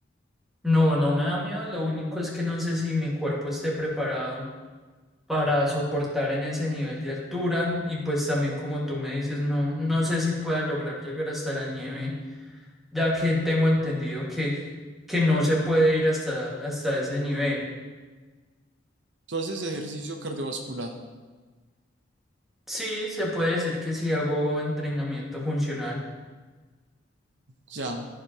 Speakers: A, in the centre; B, on the right.
A: No, no me da miedo, lo único es que no sé si mi cuerpo esté preparado para soportar en ese nivel de altura y pues también como tú me dices, no, no sé si pueda lograr llegar hasta la nieve, ya que tengo entendido que, que no se puede ir hasta, hasta ese nivel.
B: Tú haces ejercicio cardiovascular.
A: Sí, se puede decir que sí hago entrenamiento funcional.
B: Ya,